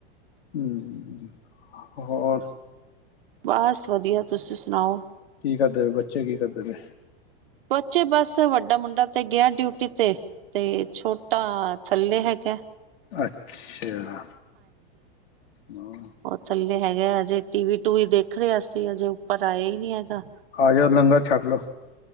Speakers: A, on the left; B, on the right.
A: ਹੂੰ, ਹੋਰ?
B: ਬਸ ਵਧੀਆ, ਤੁਸੀਂ ਸੁਨਾਓ?
A: ਕੀ ਕਰਦੇ ਬੇ, ਬੱਚੇ ਕੀ ਕਰਦੇ ਬੇ?
B: ਬੱਚੇ ਬਸ, ਵੱਡਾ ਮੁੰਡਾ ਤੇ ਗਿਆ ਡਿਊਟੀ ਤੇ, ਤੇ ਛੋਟਾ ਥੱਲੇ ਹੈਗਾ।
A: ਅਛਾ, ਹੂੰ।
B: ਓ ਥੱਲੇ ਹੈਗਾ ਹਜੇ ਟੀਵੀ- ਟੂਵੀ ਦੇਖ ਰਿਆ ਸੀ ਹਜੇ ਉੱਪਰ ਆਇਆ ਈ ਨੀ ਹੈਗਾ।
A: ਆਜੋ ਲੰਗਰ ਛੱਕ ਲੋੋ।